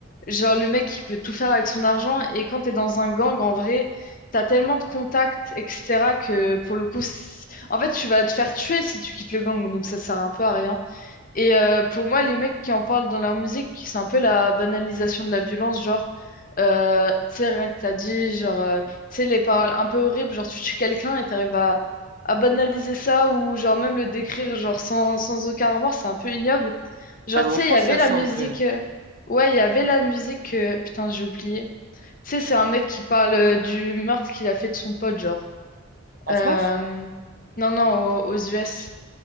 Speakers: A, on the left (about 40°); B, on the right (about 45°).
A: genre, le mec, il peut tout faire avec son argent. Et quand t'es dans un gang, en vrai, t'as tellement de contacts, etc., que pour le coup, c'est- en fait, tu vas te faire tuer si tu quittes le gang. Donc, ça sert un peu à rien. Et euh, pour moi, les mecs qui en parlent dans leur musique, c'est un peu la banalisation de la violence, genre, euh, tu sais, rien que t'as dit, genre, euh, tu sais, les paroles un peu horribles, genre, tu tues quelqu'un et t'arrives à, à banaliser ça, ou genre, même le décrire, genre, sans, sans aucun remords, c'est un peu ignoble. Genre,
B: Même
A: tu
B: en
A: sais,
B: France,
A: il y avait
B: il y a
A: la
B: ça
A: musique,
B: en vrai.
A: euh, ouais, il y avait la musique, euh, putain, j'ai oublié. Tu sais, c'est un mec qui parle euh, du meurtre qu'il a fait de son pote, genre.
B: En
A: Euh,
B: France?
A: Non, non, aux, aux US.